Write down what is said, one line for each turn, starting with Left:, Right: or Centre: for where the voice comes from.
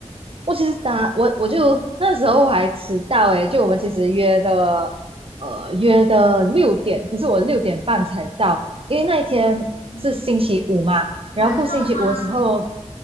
Right: 我其实打我我就那时候我还迟到诶，就我们其实约的呃约的六点，可是我六点半才到，因为那一天是星期五嘛，
Left: 嗯，
Right: 然后过星期五的时候，
Left: 晚上吗？